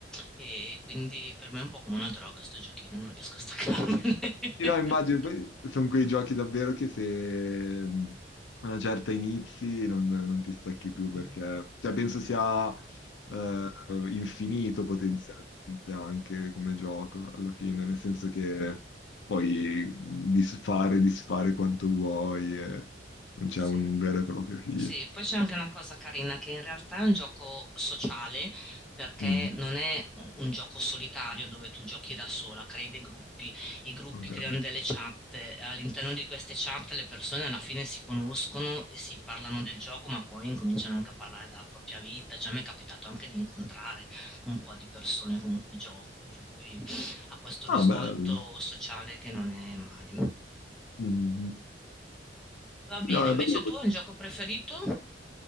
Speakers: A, in the centre; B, on the left (about 80°).
A: e quindi per me è un po' come una droga sto giochino, non riesco a staccarmene.
B: Sì, no, immagino,
A: <laughs>
B: poi sono quei giochi davvero che se mh, a una certa inizi non, non ti stacchi
A: Mm.
B: più perché, cioè, penso sia eh, infinito potenzialmente anche come gioco alla fine, nel senso che puoi disfare, disfare quanto vuoi e non c'è
A: Sì.
B: un vero e proprio fine.
A: Sì, poi c'è anche una cosa carina che in realtà è un gioco sociale perché
B: Mhm,
A: non è un gioco solitario dove tu giochi da sola, crei dei gruppi, i gruppi
B: ok.
A: creano delle chat, eh, all'interno di queste chat le persone alla fine si conoscono e si parlano del gioco, ma poi incominciano anche a parlare della propria vita, cioè mi è capitato anche di incontrare un po' di persone con cui gioco, per cui ha questo
B: Ah,
A: risvolto
B: bello.
A: sociale che non è male.
B: Mhm.
A: Va
B: Sì, no,
A: bene,
B: è
A: invece
B: bello.
A: tu hai un gioco preferito?